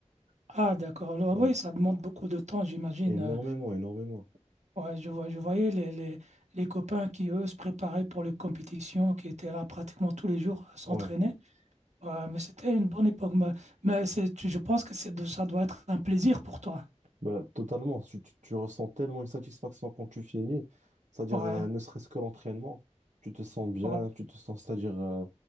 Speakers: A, on the right (about 70°); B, on the right (about 80°).
A: Ah, d'accord. Ah
B: Ouais,
A: Oui, ça demande beaucoup de temps, j'imagine.
B: énormément,
A: Euh,
B: énormément.
A: Ouais, je vois, je voyais les, les, les copains qui, eux, se préparaient pour les compétitions, qui étaient là pratiquement tous les jours à s'entraîner.
B: Ouais.
A: Ouais, mais c'était une bonne époque. Mais, mais c'est, tu- je pense que c'est, de- ça doit être un plaisir pour toi.
B: Bah, totalement, tu, tu, tu ressens tellement une satisfaction quand tu finis, c'est-à-dire
A: Ouais,
B: euh, ne serait-ce que l'entraînement, tu te sens bien,
A: ouais,
B: tu te sens, c'est-à-dire euh,